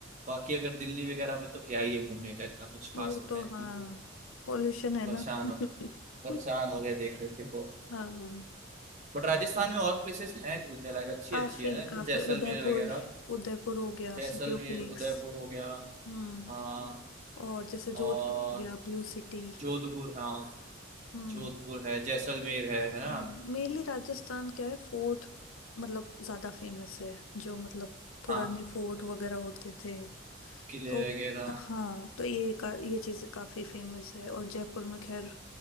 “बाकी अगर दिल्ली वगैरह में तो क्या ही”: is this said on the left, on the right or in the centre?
Right